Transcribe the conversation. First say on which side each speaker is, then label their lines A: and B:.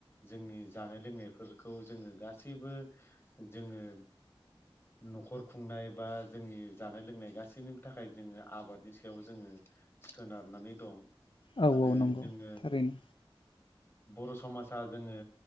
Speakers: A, on the left; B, on the left.
A: जोंनि जानाय लोंनायफोरखौ जोङो गासैबो जोङो न'खर खुंनाय बा जोंनि जानाय लोंनाय गासैनिबो थाखाय जोङो आबादनि सायाव जोङो सोनारनानै दं
B: औ
A: आरो
B: औ नंगौ
A: जोङो
B: थारैनो
A: बर' समाजा जोङो